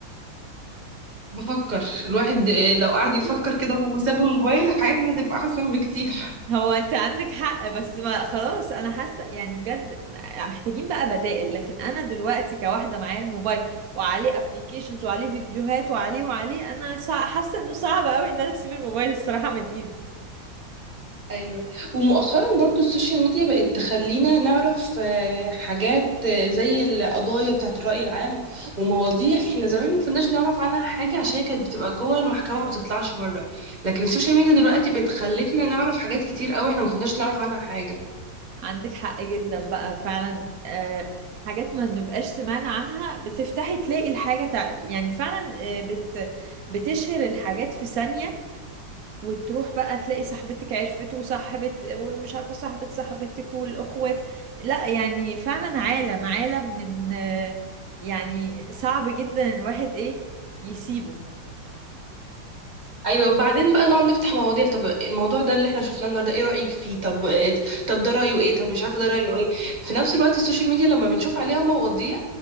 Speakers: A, on the right; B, on the right.
A: بفكر الواحد لو قعد
B: <laughs>
A: يفكر كده وساب الموبايل حياتنا هتبقى أحسن بكتير
B: هو انت عندك حق بس ما خلاص انا حاسه يعني بجد محتاجين بقى بدائل لكن انا دلوقتي كواحده معايا الموبايل وعليه ابليكيشنز وعليه فيديوهات وعليه وعليه انا صع- حاسه انه صعب قوي ان انا اسيب الموبايل الصراحه من ايدي
A: ايوه ومؤخرا برضو السوشيال ميديا بقت تخلينا نعرف آه، حاجات آه، زي القضايا بتاعت الرأي العام ومواضيع احنا زمان ما كناش نعرف عنها حاجة عشان هي كانت بتبقى جوه المحكمة ما بتطلعش بره لكن السوشيال ميديا دلوقتي بقت خلتنا نعرف حاجات كتير قوي احنا ما كناش نعرف عنها حاجة
B: عندك حق جدا بقى فعلا آه حاجات ما بنبقاش سمعنا عنها بتفتحي تلاقي الحاجة تع... يعني فعلا آه بت... بتشهر الحاجات في ثانية وتروح بقى تلاقي صاحبتك عرفت وصاحبة ومش عارفة صاحبة صاحبتك والأخوات لا يعني فعلا عالم عالم من آه يعني صعب جدا الواحد ايه يسيبه
A: ايوه وبعدين بقى نقعد نفتح مواضيع طب الموضوع ده اللي احنا شفناه النهارده ايه رأيك فيه طب آه، طب ده رأيه ايه طب مش عارفة ده رأيه ايه في نفس الوقت السوشيال ميديا لما بنشوف عليها مواضيع